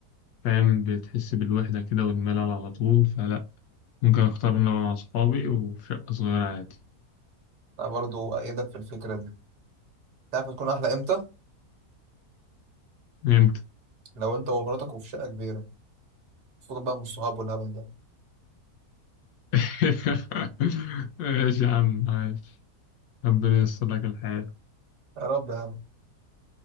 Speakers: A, on the left; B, on the right.
A: فاهم بتحس بالوحدة كده والملل على طول فلا ممكن أختار إن أنا مع صحابي وفي شقة صغيرة عادي
B: انا برضو ايدك في الفكرة دي تعرف تكون احلى امتى
A: إمتى؟
B: لو انت ومراتك وفي شقة كبيرة فوق بقى من الصحاب والهبل ده
A: <laughs> ماشي يا عم عايش ربنا ييسر لك الحال
B: يا رب يا عم